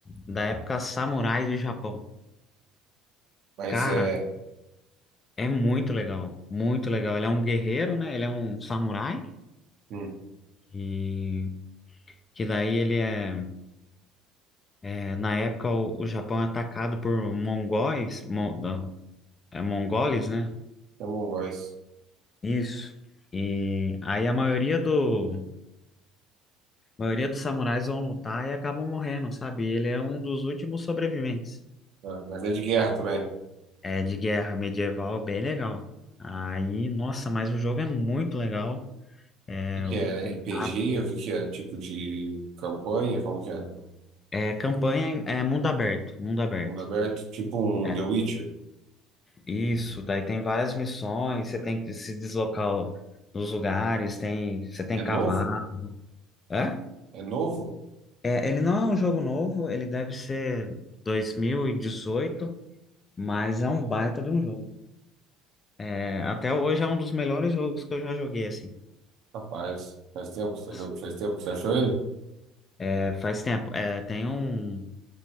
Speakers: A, on the left; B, on the right.
A: da época samurai do Japão.
B: Mas
A: Cara,
B: é...
A: é muito legal, muito legal. Ele é um guerreiro, né? Ele é um samurai
B: Hum,
A: e, Que daí ele é, é, na época o, o Japão é atacado por mongóis, mon, não, é, mongoles, né?
B: é Among Us.
A: Isso. E aí a maioria do a maioria dos samurais vão lutar e acabam morrendo, sabe? Ele é um dos últimos sobreviventes.
B: É, mas é de guerra também. O
A: É de guerra medieval, bem legal. Aí, nossa, mas o jogo é muito legal. É
B: que que
A: o,
B: é?
A: o
B: RPG?
A: gráfico,
B: O que que é? Tipo de campanha? Como que é?
A: é campanha, em- é mundo aberto, mundo aberto.
B: Mundo aberto? Tipo um
A: É,
B: The Witcher.
A: Isso, daí tem várias missões, você tem que se deslocar nos lugares, tem, você tem
B: É
A: que
B: novo?
A: cavar. É?
B: É novo?
A: É, ele não é um jogo novo, ele deve ser 2018, mas é um baita de um jogo. É, até hoje é um dos melhores jogos que eu já joguei, assim.
B: Rapaz, faz tempo que
A: Nossa.
B: você, faz tempo que você achou ele?
A: É, faz tempo. É, tem um.